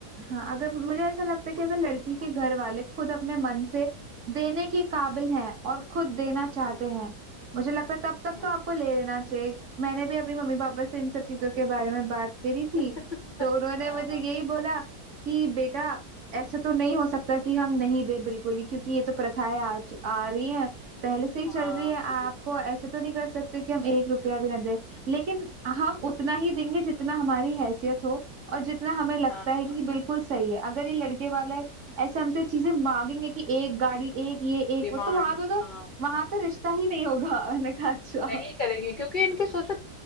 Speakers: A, on the right (about 50°); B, on the left (about 80°).
A: हाँ अगर मुझे ऐसा लगता है कि अगर लड़की के घर वाले खुद अपने मन से देने के काबिल हैं और खुद देना चाहते
B: हम्म
A: हैं मुझे लगता है तब तक
B: हम्म
A: तो आपको ले लेना चाहिए मैंने भी अपनी मम्मी पापा से इन सब चीजों के बारे में बात करी थी
B: <laughs>
A: तो उन्होंने
B: हाँ
A: मुझे
B: हाँ
A: यही बोला कि बेटा ऐसा तो नहीं हो सकता
B: हाँ
A: कि हम नहीं दे बिल्कुल ही क्योंकि ये तो प्रथाएं आ, चु- आ रही हैं पहले से ही चल
B: हाँ,
A: रही है
B: वही
A: आपको
B: तो
A: ऐसे तो नहीं कर सकते कि हम एक रुपया भी ना दें लेकिन हम उतना ही देंगे जितना हमारी हैसियत हो और जितना हमें लगता
B: हाँ
A: है कि
B: हाँ
A: बिल्कुल सही है अगर ये लड़के वाला है ऐसे हमसे चीजें मांगेंगे कि एक गाड़ी एक ये एक
B: डिमांड
A: वो तो वहां तो, तो
B: हाँ हाँ
A: वहां तो रिश्ता ही नहीं होगा <laughs> मैंने कहा अच्छा
B: नहीं करेंगे क्योंकि इनकी सोचो